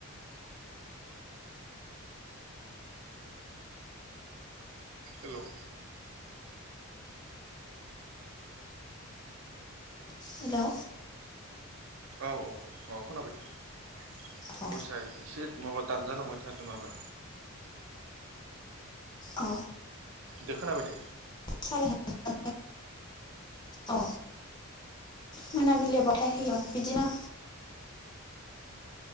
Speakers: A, on the right (about 65°); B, on the left (about 20°).
A: हेलौ।
B: हेलौ।
A: औ औ औ खोनाबाय दे भयसा
B: अ
A: एसे माबा दानजालांबाय थादों माबा।
B: अ
A: दे खोनाबाय दे।
B: <unintelligible> औ मोनाबिलियाव बावथाय होयो बिदिनो